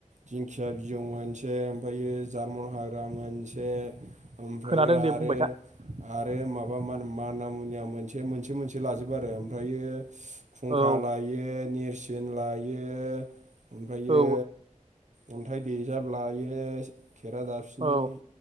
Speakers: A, on the right; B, on the right.
A: दिंखिया बिजौ मोनसे ओमफायो जार्मन हाग्रा मोनसे ओमफ्रायो
B: खोनादों
A: आरो
B: दे बुंबाय था
A: आरो माबा मानो माना मुनिया मोनसे मोनसे मोनसे लाजोबो आरो ओमफ्रायो खुंखा
B: औ
A: लायो निर सिन लायो ओमफ्रायो
B: औ
A: अन्थाइ देजाब लायो खेरादाफिनि
B: औ